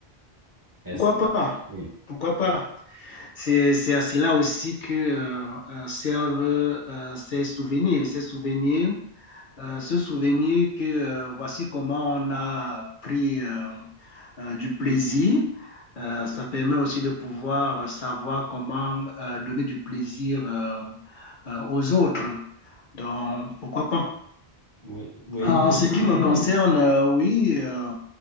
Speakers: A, on the right; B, on the left.
A: Est-ce
B: Pourquoi
A: que...
B: pas?
A: Oui,
B: Pourquoi pas? C'est, c'est à cela aussi que euh, euh, servent euh, ces souvenirs. Ces souvenirs, euh, ce souvenir que euh, voici comment on a pris euh, euh, du plaisir. Euh, ça permet aussi de pouvoir savoir comment euh, donner du plaisir euh, euh, aux autres. Donc, pourquoi pas?
A: oui, oui,
B: En
A: oui.
B: ce qui me concerne, euh, oui, euh,